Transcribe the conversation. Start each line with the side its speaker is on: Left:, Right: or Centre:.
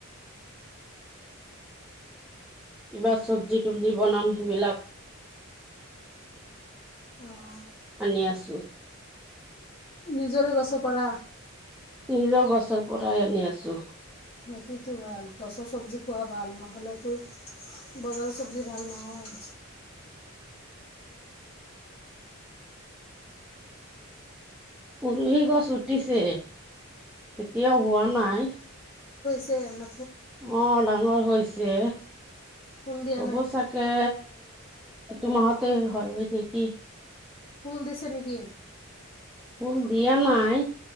Centre: কিবা চব্জি তব্জি বনাম সেইবিলাক।
Left: অঁ
Centre: আনি আছো।
Left: নিজৰে গছ পৰা?
Centre: নিজৰ গছৰ পৰাই আনি আছো।
Left: সেইটোৱেতো ভাল গছৰ চব্জি খোৱা ভাল নহ'লেতো বজাৰ চবজি ভাল নহয়।
Centre: উৰহি গছ উঠিছে, এতিয়া হোৱা নাই।
Left: ছে ন?
Centre: অ ডাঙৰ হৈছে,
Left: ফুল দিয়া
Centre: হব
Left: নাই
Centre: চাগে! এটো মাহতে হয় নেকি!
Left: ফুল দিছে নেকি?
Centre: ফুল দিয়া নাই।